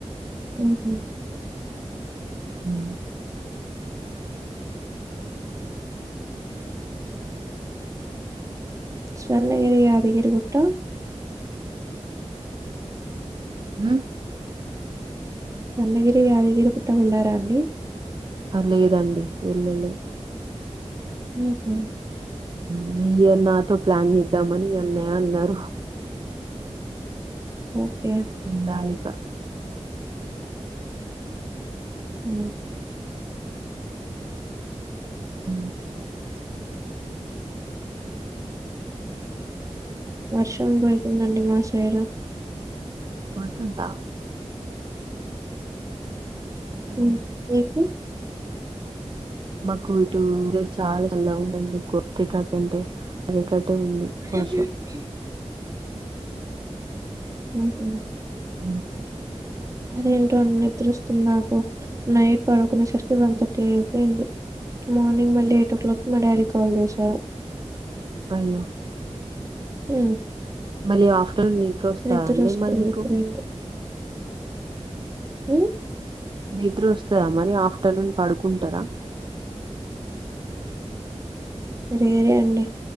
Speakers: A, on the right; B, on the right.
A: మ్హు
B: మ్
A: స్వర్ణగిరి, యాదగిరి గుట్ట
B: మ్
A: అన్నగిరి, యాదగిరి గుట్ట వెళ్ళారా అండి
B: ఆ లేదండి వెళ్లలే
A: మ్హు
B: మ్ ఈ ఇయర్ నాతో ప్లాన్ చేద్దామని ఇగ అన్నయ అన్నారు.
A: ఓకె
B: ఇల్లాలిక
A: ఉ
B: ఉ
A: వర్షం పడుతుందండి మా సైడ్
B: కొడుతుందా ఓ
A: ఉ మీకు
B: మాకు ఇటు <unintelligible> చాలా చల్లగా ఉందండి కొట్టేటట్ట అంటే పడేటట్టే ఉంది
A: అ
B: వర్షం
A: ఉహు
B: ఉ
A: అదేంటోండి నిద్రొస్తుంది నాకు నైట్ పడుకునే సరికి వన్ థర్టీ అయిపోయింది మార్నింగ్ మళ్ళీ ఎయిట్ ఓ క్లాక్ కి మా డాడీ కాల్ చేశారు
B: అయ్యో
A: ఉ
B: మళ్ళీ ఆఫ్టర్నూన్ నిద్ర వస్తాదా
A: నిద్రొస్తుంది
B: అండి మరి మీకు
A: ఇప్పుడేమో. ఉ
B: నిద్ర వస్తదా మరి ఆఫ్టర్నూన్ పడుకుంటారా
A: లేదండి